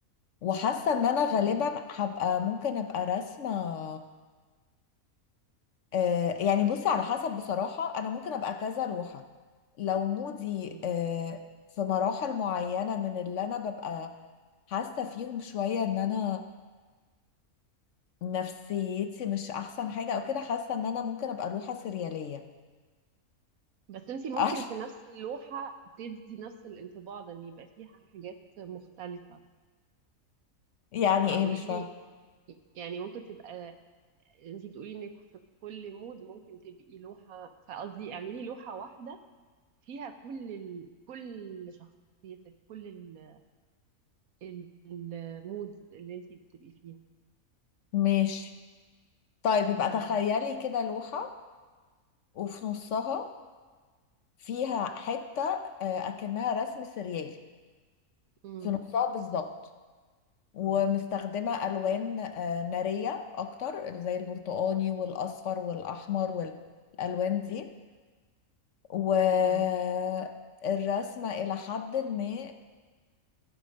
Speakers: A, on the left; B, on the right.
A: وحاسة إن أنا غالبا
B: مم.
A: هبقى ممكن أبقى راسمة آه، يعني بصي على حسب بصراحة أنا ممكن أبقى كذا روحة لو مودي
B: مم.
A: آه، في مراحل معينة من اللي أنا ببقى حاسة فيهم شوية إن أنا نفسيتي مش أحسن حاجة أو كده حاسة إن أنا ممكن أبقى روحة سريالية
B: بس انتي ممكن
A: <laughs>
B: في نفس اللوحة تدي نفس الانطباع ده ان يبقى فيها حاجات مختلفة
A: يعني
B: فقولي
A: إيه مش
B: لي
A: فاهمة
B: يعني ممكن تبقى انتي بتقولي انك في كل مود ممكن تبقي لوحة فقصدي اعملي لوحة واحدة فيها كل ال... كل شخصيتك كل ال... ال- المودز اللي انتي بتبقي فيها
A: ماشي طيب يبقى
B: مم.
A: تخيلي كده لوحة وفي نصها فيها حتة آه، أكنها رسم سريالي
B: مم.
A: في نصها بالظبط ومستخدمة
B: مم.
A: ألوان آه، نارية أكتر زي البرتقاني والأصفر والأحمر والألوان دي والرسمة
B: مم.
A: إلى حد ما